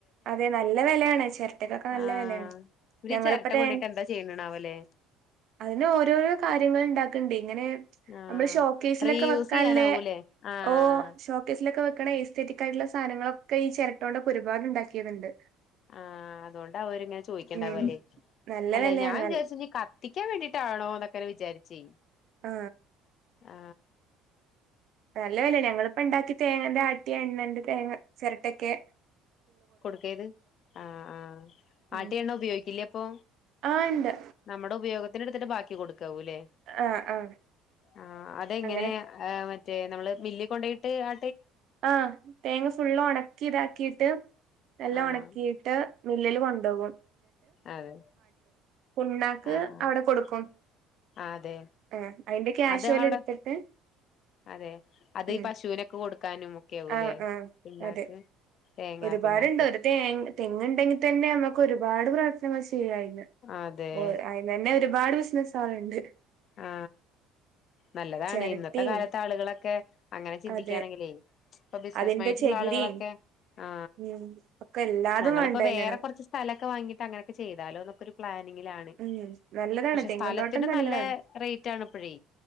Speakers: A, on the right; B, on the left.
A: അതെ നല്ല വെലയാണ് ചെരട്ടക്കൊക്കെ നല്ല
B: ആഹ്
A: വിലയാണ്
B: ഇവര്
A: ഞങ്ങളിപ്പൊ
B: ഈ ചിരട്ട
A: തേ
B: കൊണ്ടിട്ട് എന്താ ചെയ്യണാവല്ലേ
A: അതിന് ഓരോരോ കാര്യങ്ങൾ ഉണ്ടാക്ക ണ്ടേ ങ്ങനെ
B: ആഹ്
A: നമ്മള് ഷോക്കേസിലൊക്കെ
B: റീയൂസ്
A: വെക്കാല്ലേ
B: ചെയ്യാനാവൂലേ ആഹ്
A: ഓ ഷോക്കേസിലൊക്കെ വെക്കണ ഏ സെറ്റികായിട്ട്ള്ള സാധങ്ങളൊക്കെ ഈ ചെരട്ടോണ്ടൊകൊണ്ട് ഒരുപാട് ഇണ്ടാക്കി ക്കിട്ട്ണ്ട്
B: ആ അതുകൊണ്ടാ അവര് ഇങ്ങനെ ചോദിക്കണ്ടാവല്ലേ
A: ഉം നല്ല
B: അല്ല
A: വെലയാണ്
B: ഞാൻ
A: നൽ
B: വിചാരിച്ച് ഇനി കത്തിക്കാൻ വേണ്ടീട്ടാണോന്നെ വിചാരിച്ചെ
A: ആ
B: ആ
A: നല്ല വെലേണ്‌ ഞങ്ങളിപ്പണ്ടാക്കി തേങ്ങന്റെ ആട്ടിയ എണ്ണണ്ട് തേങ്ങ ചെരട്ടെക്കെ
B: കൊടുക്കേത് ആ ആ ആട്ടിയണ്ണ
A: ഉം
B: ഉപയോഗിക്കില്ലേ അപ്പൊ
A: ആഹ് ഇണ്ട്
B: നമ്മുടെ ഉപയോഗത്തിന്റെ എടുത്തിട്ട് ബാക്കി കൊട് ക്കാവും ല്ലേ
A: ആഹ് ആഹ്
B: ആ അതെങ്ങനെയ
A: അങ്ങനെ
B: ഏ മ റ്റേ നമ്മള് മില്ലി കൊണ്ടോയിട്ട് ആ
A: ആ തേങ്ങ ഫുള്ളും ഒണക്കിതാ ക്കീട്ട് എല്ലാം
B: ആഹ്
A: ഉണക്കിയിട്ട് മില്ലില് കൊണ്ടോകും
B: അതെ
A: പുണ്ണാക്ക്
B: ആ ആ
A: അവിടെ കൊടുക്കും
B: ആതെ
A: ആ അതിന്റെ ക്യാഷ്
B: അത്
A: ഓല്
B: അവടെ
A: എടുത്തിട്ട്
B: അതെ അത്
A: ഉം
B: ഈ പശുവിനൊക്കെ കൊടുക്കാനും ഒക്കെ ആവൂല്ലേ
A: ആ ആ
B: പിണ്ണാക്ക്
A: അതെ
B: തേങ്ങാ
A: ഒരുപാട്ണ്ട്
B: പിണ്ണാക്ക്
A: ഒരു തേ തെങ്ങ്ണ്ടെങ്കി തന്നെ നമ്മുക്ക് ഒരുപാട് ചെയ്‌യായിരുന്ന്
B: അതെ
A: ആയിനെന്നെ ഒരുപാട് ബിസിനസാള്ണ്ട്
B: ആ നല്ലതാണ്
A: ചിരട്ടയും
B: ഇന്നത്തെ കാലത്തെ ആളുകളൊക്കെ അങ്ങനെ ചിന്തികാ
A: അതെ
B: ണെങ്കിലേ ഇപ്പൊ ബിസിനസ്സ്
A: അതിന്റെ
B: മൈന്റ്
A: ചകിരിയും
B: ഉള്ള ആളുകളൊക്കെ ആ
A: ഉം ഒക്കെ എല്ലാതും
B: ഞങ്ങളിപ്പൊ
A: വേണ്ട തന്നെയാണ്
B: വേറെ കുറച്ച് സ്ഥലൊക്കെ വാങ്ങിട്ട് അങ്ങനൊക്കെ ചെയ്താലോന്ന് ഒരു പ്ലാൻ നിങ്ങിലാണ്
A: ഉം നല്ലതാണ്
B: പക്ഷെ
A: തെങ്ങും
B: സ്ഥലത്തിന്
A: തോട്ടം നല്ലതാണ്
B: നല്ലേ റേറ്റ് ആണ്പ്പഴെ